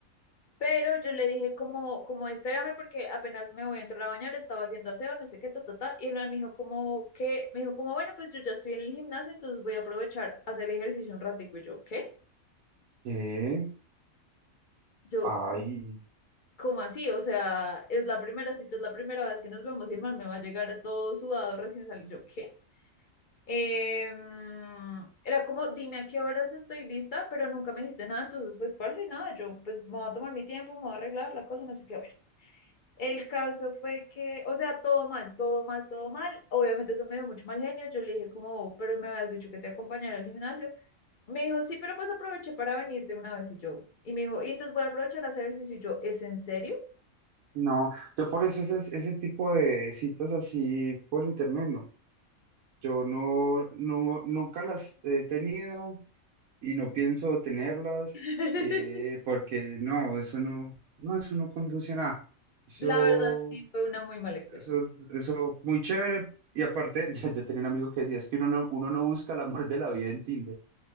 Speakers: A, on the left; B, on the right.
A: Pero yo le dije como, como espérame porque apenas me voy a entrar a bañar, estaba haciendo aseo, no sé qué, ta, ta, ta. Y el man me dijo como que, me dijo como, bueno, pues yo ya estoy en el gimnasio, entonces voy a aprovechar a hacer ejercicio un ratico. Y yo, ¿qué?
B: ¿Qué?
A: Yo,
B: Ay.
A: ¿cómo así? O sea, es la primera cita, es la primera vez que nos vemos y el man me va a llegar todo sudado recién salido. Yo, ¿qué? Em, era como, dime a qué horas estoy lista, pero nunca me dijiste nada, entonces pues parce, nada, yo pues me voy a tomar mi tiempo, me voy a arreglar la cosa, no sé qué, El caso fue que, o sea, todo mal, todo mal, todo mal. Obviamente eso me dio mucho mal genio. Yo le dije como, pero me habías dicho que te acompañara al gimnasio. Me dijo, sí, pero pues aproveché para venir de una vez y yo. Y me dijo, y entonces voy a aprovechar a hacer ejercicio. Y yo, ¿es en serio?
B: No, yo por eso esas- ese tipo de citas así por internet, no. Yo no, no, nunca las he tenido y no pienso tenerlas,
A: <laughs>
B: eh, porque no, eso no, no, eso no conduce a nada. Eso,
A: La verdad, sí, fue una muy mala experiencia.
B: eso, eso muy chévere. Y aparte, <laughs> ya yo tenía un amigo que decía, es que uno no, uno no busca el amor de la vida en Tinder.